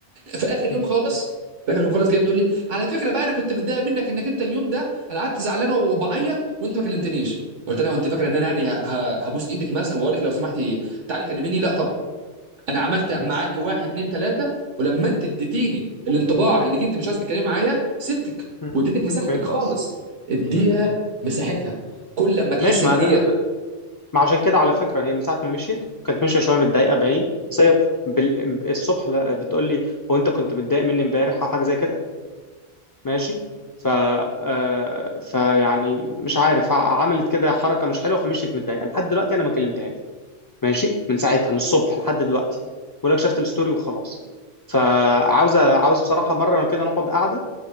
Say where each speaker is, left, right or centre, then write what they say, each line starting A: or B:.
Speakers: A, on the right (about 80°); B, on the left (about 30°).
A: في اخر يوم
B: م-
A: خالص في اخر يوم خالص جايه بتقول لي على فكره بقى انا كنت متضايق منك انك انت اليوم ده انا قعدت زعلان وبعيط وانت ما كلمتنيش قلت لها انت فاكره ان انا يعني ه- ه- هبوس ايدك مثلا واقول لك لو سمحتي تعالي كلميني لا طبعا انا عملت معاك
B: م.
A: واحد اتنين تلاته ولما انت اديتيني الانطباع انك انت مش عايز تتكلمي معايا سبتك
B: مم.
A: واديتك مساحتك
B: فهمت
A: خالص
B: قصدك
A: اديها
B: مم.
A: مساحتها كل لما تحس
B: ماشي
A: ان
B: ما
A: هي
B: ده ما عشان كده على فكره هي من ساعه ما مشيت كانت ماشيه شويه متضايقه باين بس هي بال... الصبح لا- بتقول لي هو انت كنت متضايق مني امبارح او حاجه زي كده ماشي ف آه، فيعني مش عارف ع- عملت كده حركه مش حلوه فمشيت متضايقه لحد دلوقتي انا ما كلمتهاش ماشي من ساعتها من الصبح لحد دلوقتي ولا شفت الستوري وخلاص فعاوز عاوز بصراحه مره كده نقعد قعده